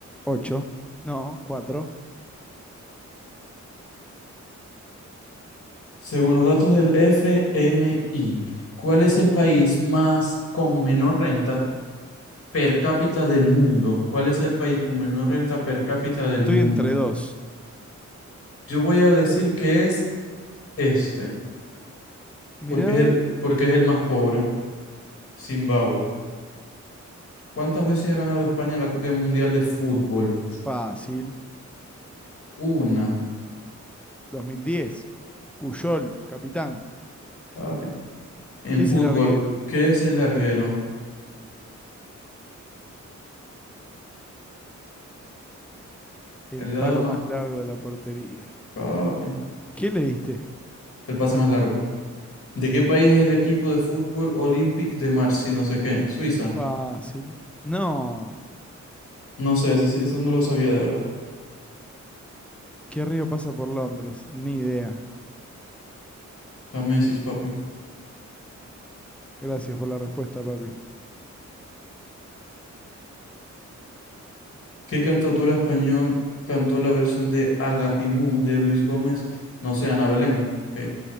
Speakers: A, in the centre; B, on the left.
A: 8. No, Cuatro.
B: Según los datos del FMI, ¿cuál es el país más con menor renta per cápita del mundo? ¿Cuál es el país con menor renta per cápita del
A: Estoy
B: mundo?
A: entre dos.
B: Yo voy a decir que es este,
A: Mirá.
B: porque es el, porque es el más pobre, Zimbabue. ¿Cuántas veces ha ganado España la Copa Mundial de Fútbol?
A: Fácil.
B: Una,
A: 2010. Puyol, capitán.
B: papi. En
A: ¿Qué es
B: fútbol,
A: el larguero?
B: ¿qué es el larguero?
A: El
B: El
A: palo
B: lado más,
A: más largo de la portería.
B: papi.
A: ¿Qué le diste?
B: El pase más largo. ¿De qué país es el equipo de fútbol Olympique de Marseille? No sé qué. Suiza.
A: Fácil. No.
B: No sé, eso, sí- eso no lo sabía de verdad.
A: ¿Qué río pasa por Londres? Ni idea.
B: También sí, papi.
A: Gracias por la respuesta, papi.
B: ¿Qué cantautora español cantó la versión de Agapimú de Luis Gómez? No sé, Ana Belén. Eh,